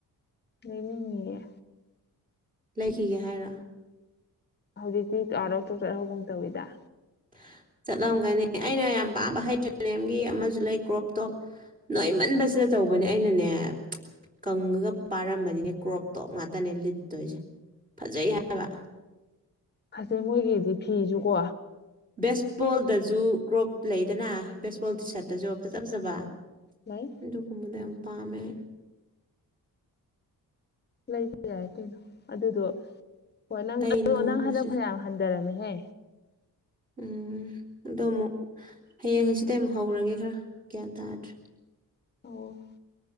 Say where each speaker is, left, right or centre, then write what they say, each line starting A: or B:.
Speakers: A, on the left; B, on the right.
A: ꯂꯩꯅꯤꯡꯉ
B: ꯂꯩꯈꯤꯒꯦ ꯍꯥꯏꯔ
A: ꯍꯧꯖꯤꯛꯇꯤ ꯑꯥꯔꯇꯣꯛꯇ ꯍꯒꯨꯝ ꯇꯧꯋꯤꯗ
B: <unintelligible> ꯆꯠꯂꯝꯒꯅꯤ ꯑꯩꯅ ꯌꯥꯝ ꯄꯥꯝꯕ ꯍꯩꯇ꯭ꯔꯒꯤ ꯑꯃꯁꯨ ꯂꯩ ꯀ꯭ꯔꯣꯞ ꯇꯣꯞ ꯅꯣꯏ ꯃꯟꯕꯁꯤꯗ ꯇ ꯇꯧꯕꯅꯦ ꯑꯩꯅꯅꯦ ꯀꯪꯉꯒ ꯄꯥꯔꯝꯃꯗꯤꯅꯦ ꯀ꯭ꯔꯣꯞꯇꯣ ꯉꯇꯅꯦ ꯂꯤꯠꯇꯣꯏꯁꯦ ꯐꯖꯩ ꯍꯥꯏꯕ
A: ꯐꯖꯩ ꯃꯣꯏꯒꯤꯗꯤ ꯐꯤꯁꯨꯀꯣ
B: ꯕꯦꯁꯕꯣꯜꯗꯖ ꯀ꯭ꯔꯣꯞ ꯂꯩꯗꯅ ꯕꯦꯁꯕꯣꯜ ꯇꯤ ꯁꯥꯔꯠꯇꯁꯨ ꯐꯖ ꯐꯖꯕ
A: ꯂꯩ
B: ꯗꯨ ꯀꯨꯃꯗ ꯌꯥꯝ ꯄꯥꯝꯃꯦ
A: ꯂꯩꯕ ꯌꯥꯏ ꯀꯩꯅꯣ ꯑꯗꯨꯗꯣ ꯍꯣꯏ ꯅꯪ
B: ꯑꯩ
A: ꯑꯗꯣ
B: ꯅꯣꯏꯕꯁꯦ
A: ꯅꯪ ꯍꯟꯗꯛ ꯐꯅꯌꯥꯝ ꯍꯟꯊꯔꯝꯃꯤ ꯍ
B: ꯎꯝ ꯑꯗꯣ ꯑꯃꯨꯛ ꯍꯌꯦꯡ ꯉ ꯑꯁꯤꯗ ꯑꯃꯨꯛ ꯍꯧꯔꯒꯦ ꯈꯔ ꯒ꯭ꯌꯥꯟ ꯇꯥꯗ꯭ꯔꯦ
A: ꯑꯣ